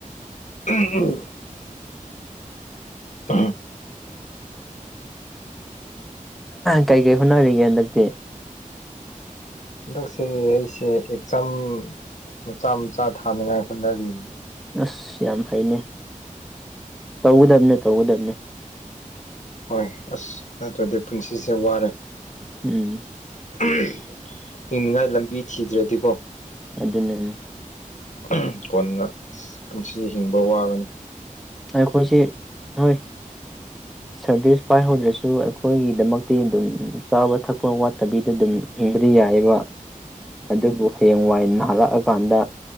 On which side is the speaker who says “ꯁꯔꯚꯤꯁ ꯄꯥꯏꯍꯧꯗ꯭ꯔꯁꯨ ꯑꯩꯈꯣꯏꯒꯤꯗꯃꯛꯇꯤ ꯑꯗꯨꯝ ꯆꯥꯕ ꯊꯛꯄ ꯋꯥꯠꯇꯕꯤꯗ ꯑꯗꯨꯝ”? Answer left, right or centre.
Centre